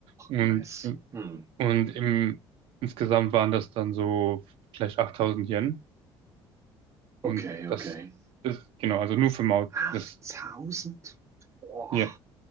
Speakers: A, on the right; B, on the right.
A: Und,
B: nice.
A: im-
B: Hm.
A: und im, insgesamt waren das dann so vielleicht 8000 Yen. Und
B: Okay,
A: das,
B: okay.
A: das, genau, also nur für Maut.
B: 8000?
A: Das,
B: Boah,
A: ja,